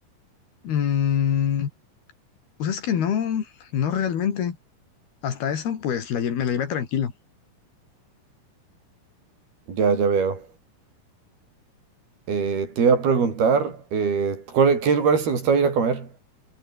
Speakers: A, on the left (about 75°); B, on the right (about 75°).
A: Mm, pues es que no, no realmente. Hasta eso, pues la lle- me la llevé tranquilo.
B: Ya, ya veo. Eh, te iba a preguntar, eh, ¿cuál- ¿qué lugares te gustaba ir a comer?